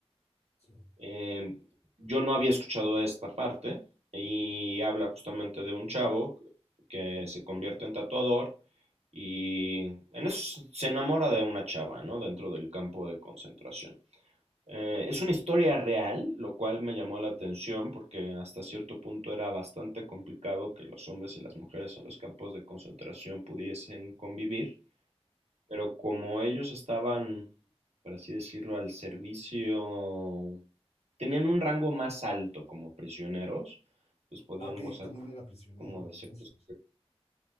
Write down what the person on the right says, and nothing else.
Eh, yo no había escuchado esta parte y habla justamente de un chavo que se convierte en tatuador y en eso se enamora de una chava, ¿no? Dentro del campo de concentración. Eh, es una historia real, lo cual me llamó la atención porque hasta cierto punto era bastante complicado que los hombres y las mujeres en los campos de concentración pudiesen convivir, pero como ellos estaban, por así decirlo, al servicio, tenían un rango más alto como prisioneros, pues podían
gozar
como de
ciertos...